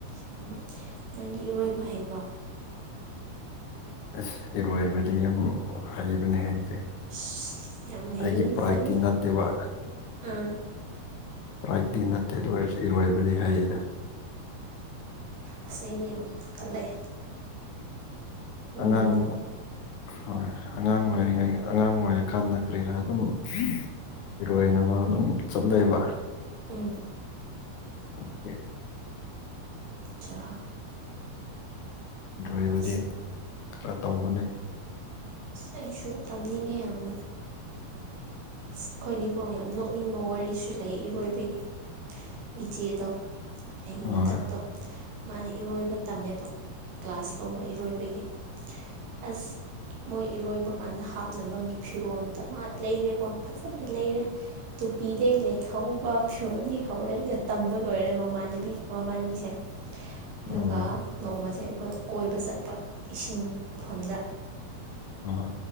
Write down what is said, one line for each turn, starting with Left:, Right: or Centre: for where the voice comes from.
Right: ꯁꯦꯡꯕ ꯅꯪꯒꯤ ꯏꯔꯣꯏꯕ ꯍꯩꯕ꯭ꯔꯣ
Left: ꯑꯁ ꯏꯔꯣꯏꯕꯗꯤ ꯌꯥꯝ ꯍꯩꯕꯅꯦ ꯑꯩꯁꯦ
Right: ꯑꯁ ꯌꯥꯝ ꯍꯩ
Left: ꯑꯩꯒꯤ ꯄ꯭ꯔꯥꯏꯇꯤ
Right: ꯐꯩ
Left: ꯅꯠꯇꯦꯕ
Right: ꯑꯥ
Left: ꯄ꯭ꯔꯥꯏꯇꯤ ꯅꯠꯇꯦ ꯑꯗꯨ ꯑꯣꯏꯔꯁꯨ ꯏꯔꯣꯏꯕꯗꯤ ꯍꯩꯌꯦꯗ
Right: ꯑꯥꯁ ꯑꯩꯗꯤ ꯌꯥꯝ ꯀꯂꯛꯑꯦ
Left: ꯑꯉꯥꯡ
Right: ꯃꯤꯀꯣ
Left: ꯑ ꯍꯣꯏ ꯑꯉꯥꯡ ꯑꯣꯏꯔꯤꯉꯩ ꯑꯉꯥꯡ ꯑꯣꯏꯔꯀꯥꯟꯗ ꯀꯔꯤꯔꯥ ꯑꯗꯨꯝ <unintelligible> ꯏꯔꯣꯏꯅꯕ ꯑꯗꯨꯝ ꯆꯠꯂꯦꯕ
Right: ꯎꯝ
Left: ꯑꯥꯗꯨꯒꯤ
Right: ꯆ
Left: ꯗ꯭ꯔꯕꯗꯤ
Right: ꯑꯁ
Left: ꯈꯔ ꯇꯧꯕꯅꯦ
Right: ꯑꯩꯁꯨ ꯇꯝꯅꯤꯡꯉꯦ ꯌꯥꯝꯅ ꯑꯁ ꯑꯩꯈꯣꯏꯅꯤꯀꯣ ꯌꯥꯝ ꯅꯣꯛꯅꯤꯡꯕ ꯋꯥꯔꯤꯁꯨ ꯂꯩ ꯏꯔꯣꯏꯕꯒꯤ ꯏꯆꯦꯗꯣ ꯑꯩꯒꯤ
Left: ꯑꯣꯏ
Right: ꯃꯊꯛꯇꯣ ꯃꯥꯗꯤ ꯏꯔꯣꯏꯕ ꯇꯝꯃꯦꯕ ꯀ꯭ꯂꯥꯁ ꯂꯧꯕ ꯏꯔꯣꯏꯕꯒꯤ ꯑꯁ ꯃꯣꯏ ꯏꯔꯣꯏꯕ ꯀꯥꯟꯗ ꯍꯥꯞꯅꯕꯒꯤ ꯐꯤꯔꯣꯜ ꯗꯃꯥꯗ ꯂꯩꯔꯦꯀꯣ ꯐꯖꯅ ꯂꯩꯔꯦ ꯇꯨꯄꯤꯗꯩ ꯂꯩ ꯍꯧꯕ ꯐꯤꯔꯣꯜꯗꯤ ꯍꯧꯔꯦ ꯇꯝꯕ ꯂꯣꯏꯔꯦ ꯃꯃꯥꯟꯅꯕꯤ ꯃꯕꯥꯟꯅꯤꯁꯦ ꯑꯗꯨꯒ
Left: ꯑꯣ
Right: ꯅꯣꯡꯃꯁꯦ ꯑꯩꯈꯣꯏ ꯀꯣꯏꯕ ꯆꯠꯄ ꯏꯁꯤꯡ ꯃꯐꯝꯗ
Left: ꯑꯣ